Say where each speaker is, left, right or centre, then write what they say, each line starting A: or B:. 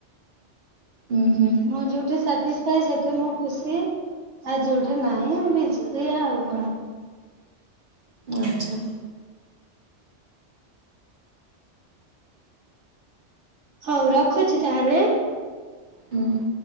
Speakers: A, on the right; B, on the right.
A: ଉଁ ହୁଁ।
B: ମୁଁ ଯୋଉଠି ସାଟିସ୍ଫାଇ ସେଠି ମୁଁ ଖୁସି। ଆଉ ଯୋଉଠା ନାହିଁ <unintelligible> ଆଉ କଣ।
A: ଆଚ୍ଛା।
B: ହଉ ରଖୁଛି ତାହେଲେ।
A: ହୁଁ।